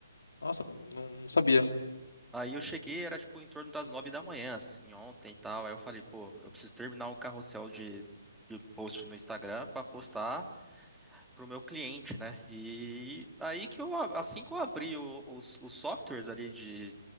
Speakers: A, on the left; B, in the centre.
A: Nossa, não, não sabia.
B: Aí eu cheguei, era tipo em torno das nove da manhã, assim, ontem e tal. Aí eu falei, pô, eu preciso terminar um carrossel de, de post no Instagram pra postar pro meu cliente, né? E aí que eu, a- assim que eu abri o- os, os softwares ali de,